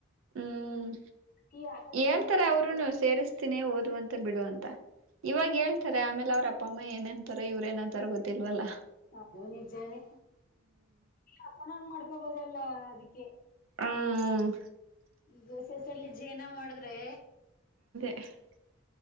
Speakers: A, on the right; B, on the left.
A: ಹ್ಮ್
B: ಈ ಆಗಸ್ಟ್ಲಿಂದ
A: ಹೇಳ್ತಾರೇ
B: ಸ್ಟಾರ್ಟ್
A: ಅವರುನು ಸೇರಿಸ ತಿನೇ ಓದ್ವಂತೆ ಬಿಡು ಅಂತ ಇವಾಗ ಹೇಳ್ತಾರೆ ಆಮೇಲೆ ಅವ್ರ ಅಪ್ಪ ಅಮ್ಮ ಏನೇಂತಾರ ಇವ್ರೇನ ತರಗೊತಿಲ್ವಲ್ಲ
B: ಅದು ನಿಜಾನೇ ಅಪ ಮಾಡ ಹಕಬೋದೆಲ್ಲಾ ಅದಿಕ್ಕೆ
A: ಹ್ಮ್.
B: ಗಸೆಸಲ್ಲಿ ಜೇನ ಮಾಡಿದ್ರೆ
A: <inaudible>